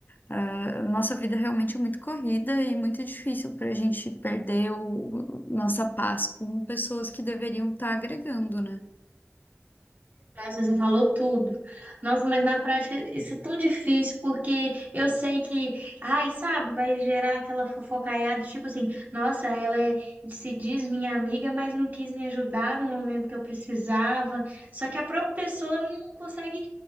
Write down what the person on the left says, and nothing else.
ah, a nossa vida realmente é muito corrida e muito difícil pra gente perder o, o- nossa paz com pessoas que deveriam estar agregando, né?